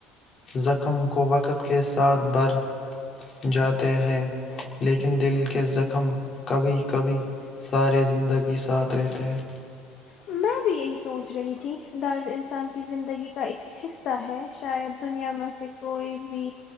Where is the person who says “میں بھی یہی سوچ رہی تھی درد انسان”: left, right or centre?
Left